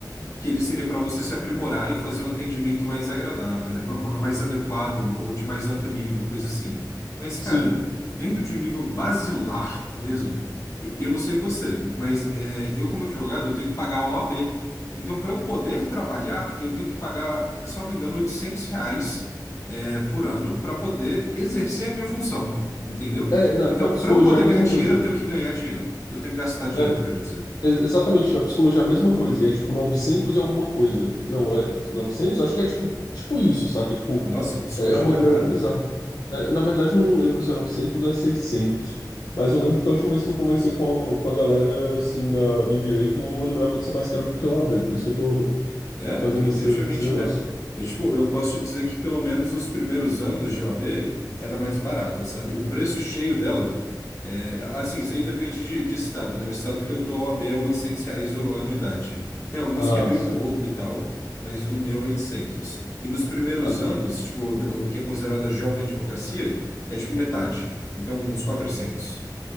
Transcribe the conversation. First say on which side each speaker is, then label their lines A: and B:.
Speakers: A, on the left; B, on the left.
A: que ele seria para você se aprimorar e fazer um atendimento mais agradável, né? Ma- ma- Mais adequado ou de mais alto nível, coisa assim. Mas,
B: Sim.
A: cara, vendo de um nível basilar mesmo, e- eu não sei você, mas é, eu, como advogado, eu tenho que pagar a OAB. Então, para eu poder trabalhar, eu tenho que pagar, salvo engano, 800 reais é, por ano para poder exercer a minha função, entendeu?
B: É, na,
A: Então,
B: na psicologia
A: para eu poder
B: é a mesma
A: ganhar dinheiro,
B: coisa.
A: eu tenho que ganhar dinheiro. Eu tenho que gastar dinheiro,
B: Na- na-
A: quero dizer.
B: ex- exatamente, na psicologia é a mesma coisa. E é tipo 900 e alguma coisa. Não, é 900? Acho que é tipo, tipo isso, saca? Tipo,
A: Nossa, psicologia
B: é, é uma
A: tá
B: grana
A: caro.
B: bizarra. É, na verdade, eu não lembro se é 900 ou é seiscentos Mas eu lembro que a última vez que eu conversei com a, com a galera, assim, da, do direito, eu lembrava de ser mais caro do que a OAB. Por isso que eu tô
A: É,
B: fazendo
A: e
B: esse,
A: definitivamente
B: esse negócio.
A: é. E, tipo, eu posso te dizer que pelo menos os primeiros anos de OAB, ela é mais barata, sabe? O preço cheio dela, é, assim, isso aí depende de, de estado, né? O estado que eu tô, a OAB é 800 reais a anuidade. Tem alguns
B: Ah,
A: que é mil
B: certo.
A: e pouco e tal, mas no meu é 800. E nos primeiros
B: Ah,
A: anos, tipo, o que é considerada jovem advocacia, é tipo metade. Então, uns quatrocentos